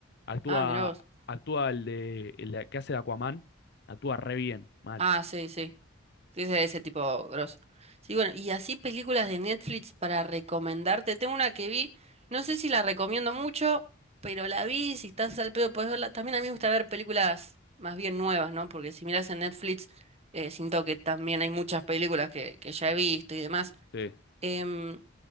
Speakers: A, on the left; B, on the right.
A: Actúa,
B: Ah, mirá vos.
A: actúa el de, el de- que hace de Aquaman, actúa re bien, mal.
B: Ah, sí, sí. Sí, Ese, ese tipo grosso. Sí, bueno, y así películas de Netflix para recomendarte. Tengo una que vi, no sé si la recomiendo mucho, pero la vi, si estás al pedo podés verla. También a mí me gusta ver películas más bien nuevas, ¿no? Porque si miras en Netflix, eh, siento que también hay muchas películas que, que ya he visto y demás.
A: Sí.
B: Em,